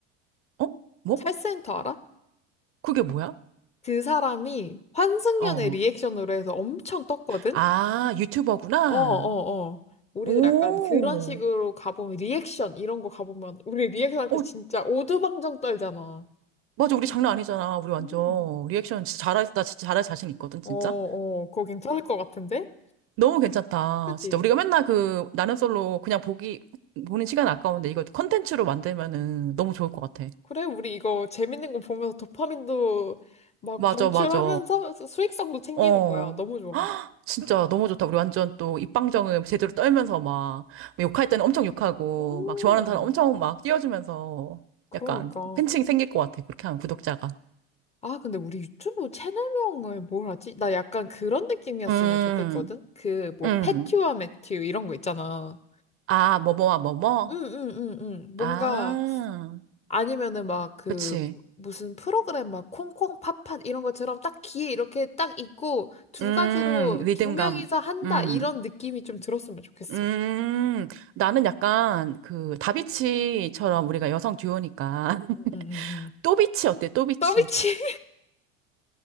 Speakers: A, on the right; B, on the left.
A: 어? 뭐?
B: 찰센터 알아?
A: 그게 뭐야?
B: 그 사람이 환승연애
A: 어.
B: 리액션으로 해서 엄청 떴거든?
A: 아, 유튜버구나.
B: 어, 어, 어. 우리도
A: 오.
B: 약간 그런 식으로 가보면 리액션 이런 거 가보면 우리 리액션 할 때
A: 어,
B: 진짜 오두방정 떨잖아.
A: 맞아. 우리 장난 아니잖아. 우리 완전
B: 음.
A: 리액션 진짜 잘할, 나 진짜 잘할 자신 있거든,
B: 어,
A: 진짜.
B: 어. 그거 괜찮을 것 같은데?
A: 너무 괜찮다.
B: 그치?
A: 진짜. 우리가 맨날 그, 나는 솔로 그냥 보기, 보는 시간 아까운데 이거 컨텐츠로 만들면은 너무 좋을 것 같아.
B: 그래, 우리 이거 재밌는 거 보면서 도파민도 막
A: 맞아,
B: 방출하면서
A: 맞아.
B: 수익성도 챙기는
A: 어.
B: 거야. 너무 좋아.
A: 진짜 너무 좋다. 우리 완전 또 입방정음 제대로 떨면서 막 욕할 때는 엄청 욕하고
B: 음,
A: 막 좋아하는 사람 엄청 막 띄워주면서
B: 그러니까.
A: 약간 팬층이 생길 것 같아. 그렇게 하면 구독자가.
B: 아, 근데 우리 유튜브 채널명을 뭘 하지? 나 약간 그런 느낌이었으면
A: 음,
B: 좋겠거든? 그, 뭐,
A: 음.
B: 패튜와 매튜 이런 거 있잖아.
A: 아, 뭐뭐와 뭐뭐?
B: 응응응응 뭔가
A: 아,
B: 아니면은 막 그
A: 그치.
B: 무슨 프로그램 막 콩콩 팥팥 이런 것처럼 딱 귀에 이렇게 딱 있고 두
A: 음,
B: 가지로
A: 리듬감.
B: 두 명이서 한다
A: 음,
B: 이런 느낌이 좀 들었으면 좋겠어.
A: 음. 나는 약간 그 다비치처럼 우리가 여성 듀오니까 <laughs>
B: 응응응응
A: 또비치 어때? 또비치.
B: 더비치